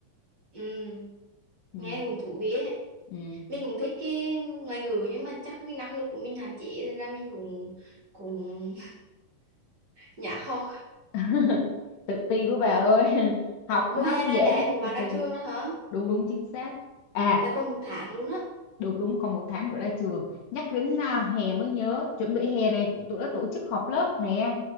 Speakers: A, on the right (about 30°); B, on the left (about 70°).
A: ừ
B: ừ.
A: nghe cũng thú vị ấy.
B: Ừ.
A: mình cũng thích cái ngoại ngữ nhưng mà chắc cái năng lực của mình hạn chế nên là mình cũng cũng <laughs> nhả học
B: <laughs> tự ti của bà
A: Ờ,
B: ơi <laughs>
A: ờ,
B: học
A: mùa
B: nó
A: hè
B: dễ
A: này là em
B: lắm
A: một bạn
B: từ
A: ra
B: từ
A: trường đó hả
B: đúng đúng chính xác à
A: là còn một tháng luôn á
B: đúng đúng còn một tháng nữa ra trường nhắc đến à,
A: ừ.
B: hè mới nhớ chuẩn bị hè này tụi nó tổ chức họp lớp nè